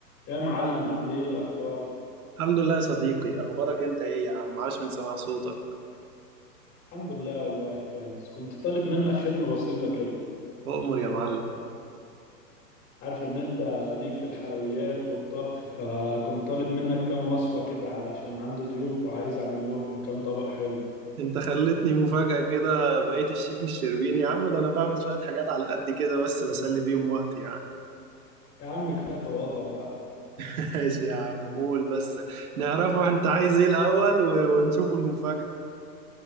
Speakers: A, on the left; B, on the right.
A: يا معلم عامل ايه الاخبار
B: الحمد لله يا صديقي اخبارك انت ايه يا عم عاش من سمع صوتك
A: الحمد لله والله كويس كنت طالب منك خدمة بسيطة كده
B: اؤمر يا معلم
A: عارف ان انت ليك في الحلويات والطبخ فكنت طالب منك كام وصفة كده علشان عندي ضيوف وعايز اعمل لهم كام طبق حلو
B: انت خلتني مفاجأة كده بقيت الشيف الشربيني يا عم ده انا بعمل شوية حاجات على قد كده بس بسلي بيهم وقت يعني
A: يا عم كفاية تواضع بقى
B: <laughs> ماشي يا عم قول بس نعرفه انت عايز ايه الاول و- ونشوفه المفاجأة